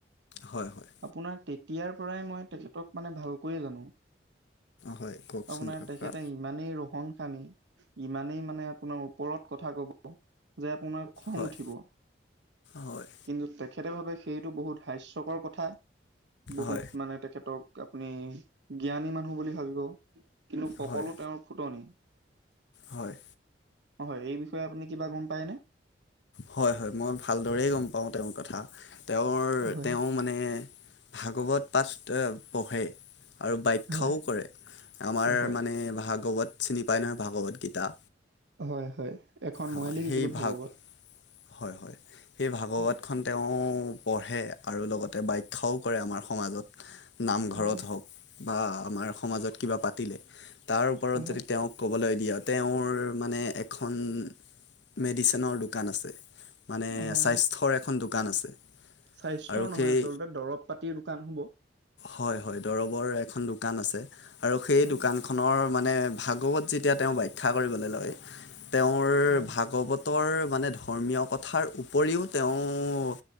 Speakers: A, on the left; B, on the right.
A: হয় হয়
B: আপোনাৰ তেতিয়াৰ পৰাই মই তেখেতক মানে ভালকৈয়ে জানো,
A: হয় কওকচোন
B: আপোনৰ
A: তাৰপৰা
B: তেখেতে ইমানেই ৰহন খানি ইমানেই মানে আপোনাৰ ওপৰত কথা ক'ব যে আপোনাৰ খং
A: হয়
B: উঠিব
A: হয়
B: কিন্তু তেখেতে ভাবে সেইটো বহুত হাস্যকৰ কথা। বহুত
A: হয়
B: মানে তেখেতক আপুনি জ্ঞানী মানুহ বুলি ভাবিব। কিন্তু সকলো
A: হয়
B: তেওঁৰ ফুটনি।
A: হয়।
B: হয়, এই বিষয়ে আপুনি কিবা গম পাইনে?
A: হয় হয়, মই ভালদৰেই গম পাও তেওঁৰ কথা, তেওঁৰ
B: হয়
A: তেওঁ মানে ভাগৱত পাঠ পঢ়ে। আৰু বাখ্যাও
B: হয়
A: কৰে, আমাৰ
B: হয়
A: মানে ভাগৱত চিনি পাই নহয় ভাগৱত গীতা?
B: হয় হয়, এখন
A: হয়
B: মই লিখিছিলো
A: সেই
B: ভাগৱত।
A: ভাগ হয় হয়। সেই ভাগৱতখন
B: হয়,
A: তেওঁ পঢ়ে আৰু লগতে বাাখ্যাও কৰে আমাৰ সমাজত। নামঘৰত
B: হয়,
A: হওক বা আমাৰ সমাজত কিবা পাতিলে তাৰ ওপৰত
B: হয়,
A: যদি তেওঁক ক'বলৈ দিয়ে, তেওঁৰ মানে এখন মেডিচিনৰ দোকান আছে মানে
B: হয়।
A: স্বাস্থ্যৰ এখন দোকান আছে।
B: স্বাস্থ্যৰ
A: আৰু
B: নহয়
A: সেই
B: আচলতে দৰব পাতিৰ দোকান হব।
A: হয় হয় দৰবৰ এখন দোকান আছে, আৰু সেই
B: হয়,
A: দোকান খনৰ মানে ভাগৱত যেতিয়া তেওঁ ব্যাখ্যা কৰিবলৈ লয়, তেওঁৰ
B: হয়,
A: ভাগৱত তৰ মানে ধৰ্মীয় কথাৰ উপৰিও তেওঁ